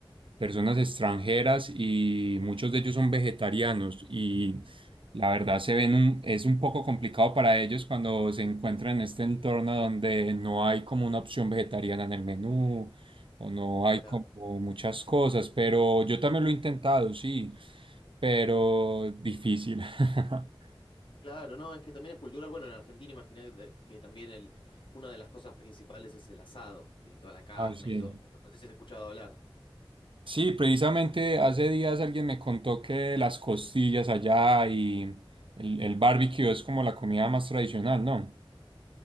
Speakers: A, on the right; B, on the left.
A: personas extranjeras y muchos de ellos son vegetarianos y la verdad se ven un, es un poco complicado para ellos cuando se encuentran en este entorno donde no hay como una opción vegetariana en el menú o no
B: Eh,
A: hay
B: claro.
A: como muchas cosas, pero yo también lo he intentado, sí, pero difícil. <laughs>
B: Claro, no, es que también es cultural. Bueno, en Argentina imaginé que también el, una de las cosas principales es el asado y toda la carne
A: Ah, sí.
B: y todo. No sé si has escuchado hablar.
A: Sí, precisamente hace días alguien me contó que las costillas allá y el, el barbecue es como la comida más tradicional, ¿no?